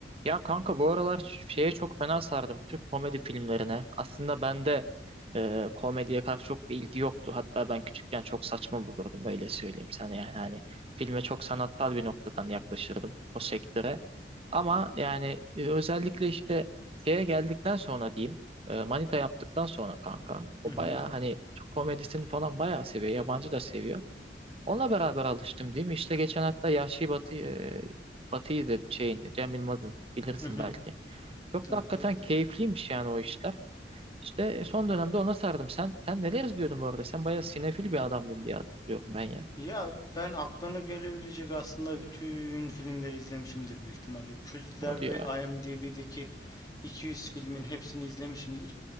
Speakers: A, on the right (about 35°); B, on the left (about 20°).
A: Ya kanka bu aralar şeye çok fena sardım Türk komedi filmlerine. Aslında bende e, komediye karşı çok bir ilgi yoktu. Hatta ben küçükken çok saçma bulurdum öyle söyleyeyim sana yani hani filme çok sanatsal bir noktadan yaklaşırdım o sektöre. Ama yani e, özellikle işte şeye geldikten sonra diyeyim e, Manita yaptıktan sonra kanka o
B: Hı hı.
A: baya hani Türk komedisini falan bayağı seviyor yabancı da seviyor. Onunla beraber alıştım değil mi? İşte geçen hatta Yahşi Batı, e, Batı'yı izledim şeyini. Cem Yılmaz'ın bilirsin
B: Hı hı.
A: belki. Çok
B: Evet
A: da hakikaten
B: evet.
A: keyifliymiş yani o işler. İşte e, son dönemde ona sardım. Sen sen neler izliyordun bu arada? Sen bayağı sinefil bir adamdın diye hatırlıyorum ben ya.
B: Ya ben aklına gelebilecek aslında bütün filmleri izlemişimdir büyük ihtimalle. Kültler
A: Hadi
B: ve
A: ya.
B: IMDb'deki 200 filmin hepsini izlemişimdir.